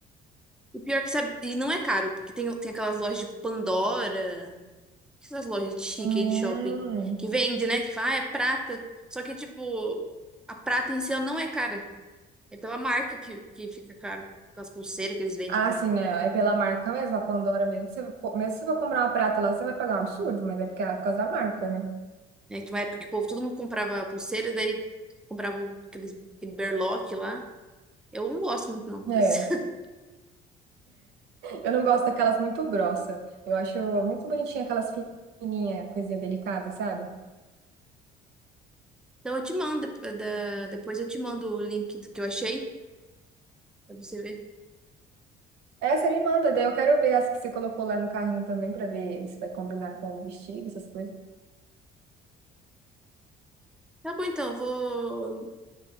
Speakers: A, in the centre; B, on the right.
A: O pior que sabe, e não é caro, porque tem, tem aquelas lojas tipo Pandora, essas lojas de chique
B: Hum...
A: aí de shopping, que vende, né? Que fala, ah, é prata. Só que, tipo, a prata em si ela não é cara. É pela marca que, que fica caro. Aquelas pulseiras que eles vendem.
B: Ah, sim, né? É pela marca mesmo, a Pandora mesmo. Se for, mesmo se você for comprar uma prata lá, você vai pagar um absurdo, mas é porque é por causa da marca, né?
A: né? Que uma época que o povo, todo mundo comprava pulseira, daí comprava o- aqueles- aquele berlock lá. Eu não gosto muito, não.
B: É.
A: <laughs>
B: Eu não gosto daquelas muito grossas. Eu acho muito bonitinha aquelas fininhas, coisinha delicada, sabe?
A: Então eu te mando, dep- da- depois eu te mando o link que eu achei, pra você ver.
B: Essa me manda, daí eu quero ver as que você colocou lá no carrinho também, pra ver se vai combinar com o vestido, essas coisas.
A: Tá bom, então, eu vou,